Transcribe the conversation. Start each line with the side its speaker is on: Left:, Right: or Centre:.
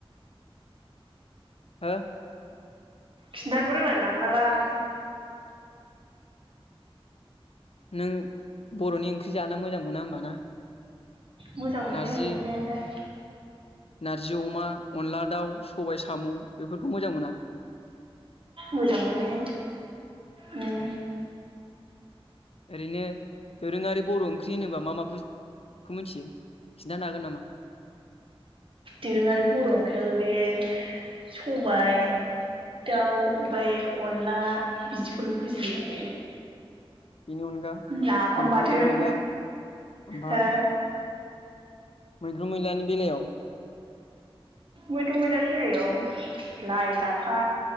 Left: हा?
Right: खिनथानोबो रोंलाय लांलालां
Left: नों बर'नि ओंख्रि जानो मोजां मोना होमबा ना
Right: मोजां मोनो
Left: नारजि
Right: मोननायालाय
Left: नारजि अमा अनला दाउ सबाय साम' बेफोरखौ मोजां मोना?
Right: मोजां मोनो उम
Left: ओरैनो दोरोङारि बर' ओंख्रि होनोबा मा मा बुजियो? खौ मिथियो खिनथानो हागोन नामा?
Right: दोरोङारि बर' ओंख्रियाल बे सबाय दाउ ओमफाय अनला बिदिखौनो बुजियो आरो
Left: बेनि अनगा
Right: नाफाम
Left: मैद्रु
Right: बाथोन
Left: मैला ओमफाय
Right: हो?
Left: मैद्रु मैलानि बेलायाव
Right: मैद्रु मैलानि बेलायाव लाइ लाफा